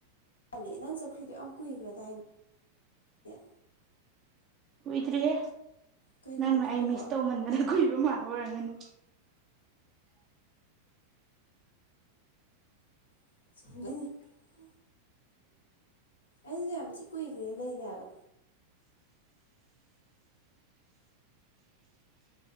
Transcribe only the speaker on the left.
ꯃꯥꯜꯂꯦ ꯅꯪ ꯆꯠꯈ꯭ꯔꯤꯗꯣ ꯌꯥꯝ ꯀꯨꯏꯈ꯭ꯔꯗꯥꯏꯅꯦ ꯅꯦ
ꯀꯩ ꯅꯨꯃꯤꯠꯇꯗꯨꯕꯣ
<unintelligible> ꯑꯩꯗꯤ ꯌꯥꯝ ꯊꯤ ꯀꯨꯏꯒ꯭ꯔꯦ ꯂꯩꯔꯤꯅꯦꯕ